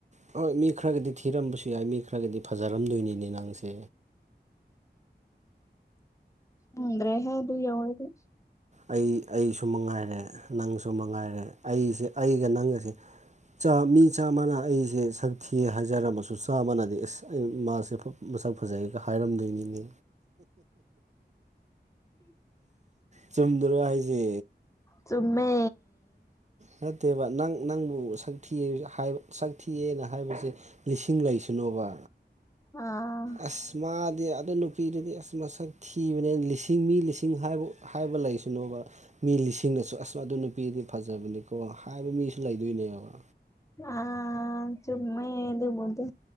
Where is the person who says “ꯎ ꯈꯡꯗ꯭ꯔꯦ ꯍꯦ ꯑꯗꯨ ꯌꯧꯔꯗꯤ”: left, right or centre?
Left